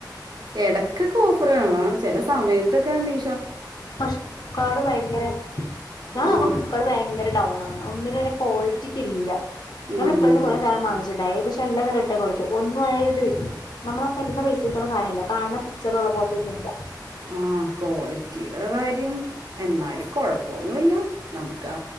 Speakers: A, on the right (about 60°); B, on the left (about 65°).
A: ഇടക്കെക്കെ ഓഫറ് കാണാ. ചില സമയത്ത് ഒക്കെ നി
B: പക്ഷെ കഷ്ടപ്പാട് ഭയങ്കര ഞാൻ അങ്ങോട്ട്
A: ആ
B: ഇപ്പഴും ഭയങ്കര ഡൗൺ ആണ്. ഒന്നിലും <unintelligible> <unintelligible>
A: ഉം.
B: എല്ലാം അങ്ങ് റിട്ടൻ കൊടുത്തു ഒന്നും ആയി ഇത് നമ്മള് ആ പറയുന്ന പൈസക്ക് ഉള്ള സാധനം ഇല്ല കാരണം പിക്ചറിൽ ഉള്ള ക്വാളിറ്റി ഒന്നും ഇല്ല
A: ആ കോളി റ്റീടെ കാര്യം എന്നാലും കൊഴപ്പോന്നു ല്ല, നമുക്കാ